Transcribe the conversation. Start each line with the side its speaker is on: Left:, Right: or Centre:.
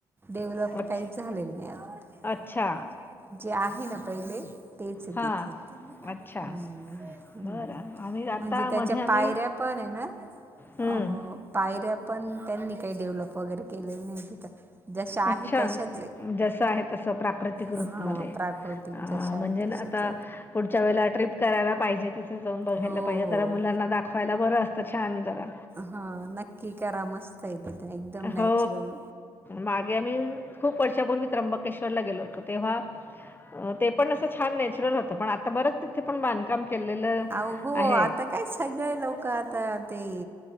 Right: डेव्हलप
Left: अच्छ
Right: काहीच झालेलं नाही अजून.
Left: अच्छा
Right: जे आहे ना पहिले तेच हे
Left: हां
Right: ते. हम्म
Left: अच्छा
Right: हम्म
Left: बरं आम्ही आता
Right: म्हणजे त्याच्या
Left: मध्ये आम्ही
Right: पायऱ्या पण हे ना.
Left: हं.
Right: अ पायऱ्या पण त्यांनी काही डेव्हलप वगैरे केलेले नाही तिथं. जसं आहे
Left: अच्छा.
Right: तशच आहे
Left: जसं आहे तसं प्राकृतिक रूपमध्ये.
Right: हा प्राकृतिक
Left: अ,
Right: जश आहे
Left: म्हणजे
Right: तशेच
Left: ना आता पुढच्या वेळेला ट्रिप करायला पाहिजे तिथं जाऊन बघायला
Right: हो
Left: पाहिजे
Right: हो
Left: जरा मुलांना दाखव पहिला बरं असतं छान जरा.
Right: हा नक्की करा मस काय बद्दन एकदम
Left: हो
Right: नॅचरल
Left: मागे आम्ही खूप वर्षापूर्वी त्र्यंबकेश्वरला गेलो होतो तेव्हा ते पण असं छान नॅचुरल होतं पण आता बरंच तिथे पण बांधकाम केलेलं
Right: आहो
Left: आहे.
Right: आता काय सगळे लोकं आता ते